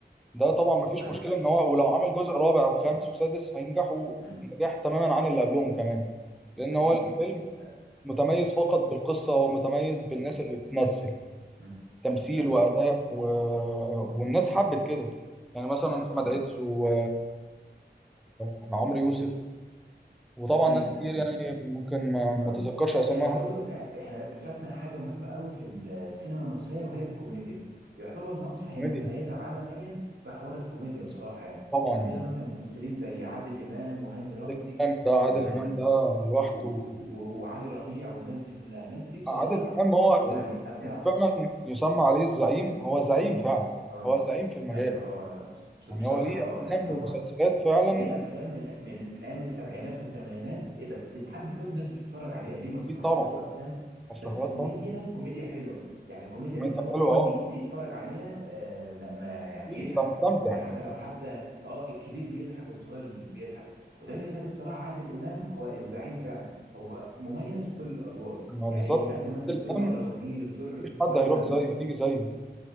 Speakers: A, in the centre; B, on the right.
A: ده طبعا ما فيش
B: ايوه
A: مشكله ان هو ولو عمل جزء رابع وخامس
B: اه
A: وسادس هينجحوا
B: مم.
A: نجاح تماما عن اللي قبلهم كمان لان
B: اكيد
A: هو الفيلم
B: آه.
A: متميز فقط بالقصه هو متميز بالناس
B: مم.
A: اللي بتمثل
B: مم.
A: تمثيل
B: ايوه
A: واداء و... والناس حبت كده يعني مثلا احمد
B: اه
A: عز و... وعمرو يوسف وطبعا
B: اكيد
A: ناس كتير
B: اكيد
A: يعني ممكن ما, ما
B: اه
A: تذكرش اسمائهم
B: احنا برضو إح- احنا فاتنا حاجه مهمه قوي في السينما المصريه وهي الكوميديا يعتبر مصر هي
A: كوميديا
B: متميزه عالميا في حوار الكوميديا بصراحه يعني
A: طبعا
B: عندنا مثلا ممثلين زي عادل امام وهاني رمزي
A: عادل امام ده عادل
B: و...
A: امام ده لوحده
B: و... و... وعلي ربيع والناس دي كلها الناس دي بصراحه
A: عادل امام هو
B: يعني ابدعوا
A: فعلا يسمى عليه الزعيم هو زعيم فعلا
B: اه
A: هو زعيم في المجال
B: ايوه هو بص-
A: يعني
B: بصراحه
A: هو ليه
B: اه
A: افلام
B: يعني هو
A: ومسلسلات فعلا
B: ليه افلام من من من ايام السبعينات والثمانينات بس لحد دلوقتي الناس بتتفرج عليها ليه مسرحيات
A: اكيد طبعا
B: وافلام
A: مسرحيات
B: بس كوميديا
A: اه
B: كوميديا حلوه يعني كوميديا
A: كوميديا
B: من اللي هو اي
A: حلوه اه
B: جيل يتفرج عليها آه، ما ما يعني
A: اكيد
B: يضحك
A: بتبقى مستمتع
B: يعني حتى
A: يعني
B: لو حتى اه الكبير بيضحك والصغير بيضحك وده اللي يخلي الصراحه عادل امام هو الزعيم فعلا هو مميز في كل الادوار
A: ما بالظبط
B: يعني يقدم مثلا
A: عادل
B: دور مره
A: امام
B: وزير دور
A: مفيش حد
B: واحد
A: هيروح
B: مجنون
A: زيه هيجي زيه